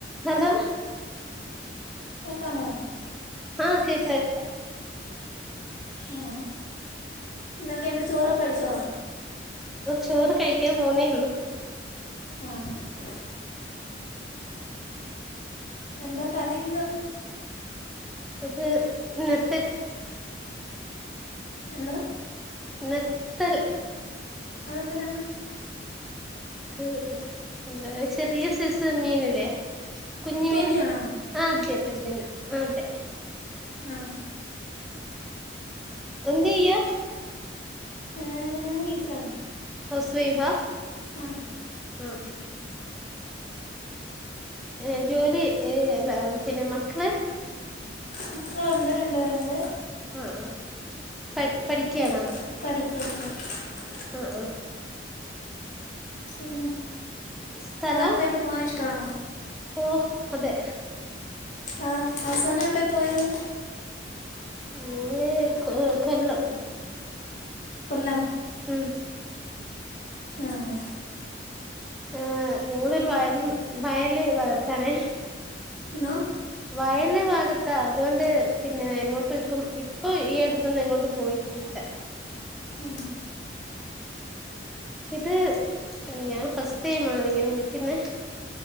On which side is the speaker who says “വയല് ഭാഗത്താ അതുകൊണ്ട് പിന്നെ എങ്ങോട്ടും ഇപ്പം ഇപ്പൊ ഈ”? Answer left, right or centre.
Centre